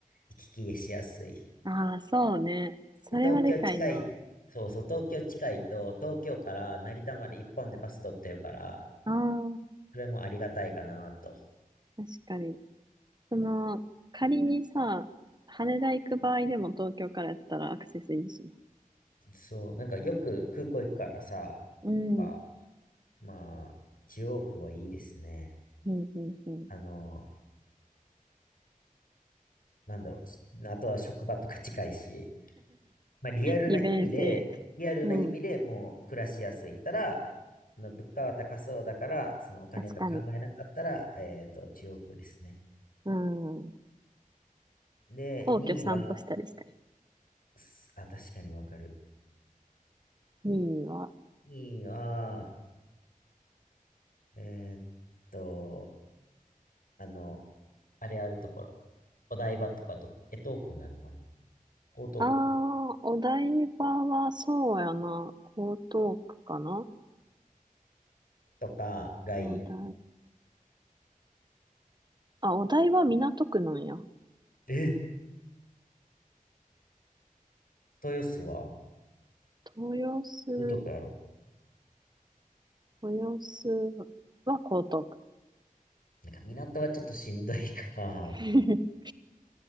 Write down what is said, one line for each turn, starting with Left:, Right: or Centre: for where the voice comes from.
Left: 行き来しやすい。
Right: ああ、そうね。それはでかいな。
Left: で東京近い、そうそう、東京近いと、東京から成田まで一本でバス取ってるから、
Right: ああ、
Left: それもありがたいかなと。
Right: 確かに。その、仮にさ、羽田行く場合でも東京からやったらアクセスいいしな。
Left: そう、なんかよく空港行くからさ、
Right: うん、
Left: やっぱ、まあ、中央区はいいですね。
Right: うん、うん、うん。
Left: あの、なんだろう。しあとは職場とか近いし、まあリアルな意味で、
Right: 利便性。
Left: リアルな意味でもう暮らしやすいったら、
Right: うん、
Left: あの物価は高そうだから、そのお金と考えなかったら、
Right: 確かに。
Left: えっと、中央区ですね。
Right: うん。
Left: で、
Right: 皇居散歩したりしたい。
Left: 2位は、すあ、確かにわかる。
Right: 2位は
Left: 2位は、えーっと、あの、あれあるところ。お台場とかと、江東区になるのかな江東区
Right: ああ、お台場はそうやな。江東区かな
Left: とかがいい。
Right: お台、あ、お台場港区なんや。
Left: え、豊洲は
Right: 豊洲、
Left: 江東区やろ
Right: 豊洲は江東区。
Left: なんか港はちょっとしんどいから、
Right: <laughs>